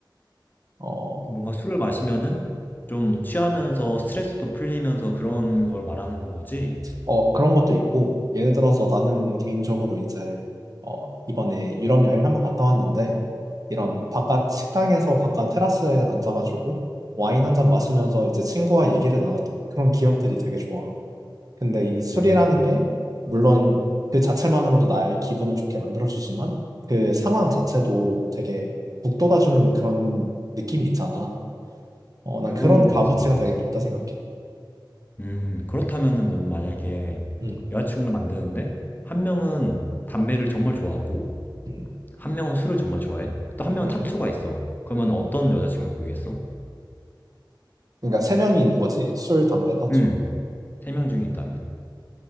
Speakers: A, on the right (about 45°); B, on the left (about 20°).
A: 어,
B: 뭔가 술을 마시면은 좀 취하면서 스트레스도 풀리면서 그런 걸 말하는 거지.
A: 어, 그런 것도 있고, 예를 들어서 나는 개인적으로 이제, 어, 이번에 유럽 여행을 한번 갔다 왔는데, 이런 바깥 식당에서 바깥 테라스에 앉아가지고 와인 한 잔 마시면서 이제 친구와 얘기를 나눴던 그런 기억들이 되게 좋아. 근데 이 술이라는
B: 음,
A: 게, 물론 그 자체만으로도 나의 기분을 좋게 만들어주지만, 그 상황 자체도 되게 북돋아주는 그런 느낌이 있잖아. 어, 난
B: 그건
A: 그런 값어치가
B: 있어.
A: 되게 높다 생각해.
B: 음, 그렇다면은 넌 만약에
A: 음,
B: 여자친구를 만드는데 한 명은 담배를 정말 좋아하고
A: 음,
B: 한 명은 술을 정말 좋아해. 또 한 명은
A: 음,
B: 타투가 있어. 그러면
A: 음.
B: 어떤 여자친구 고르겠어?
A: 그러니까 세 명이 있는 거지. 술, 담배, 타투.
B: 음. 세 명 중에 있다면?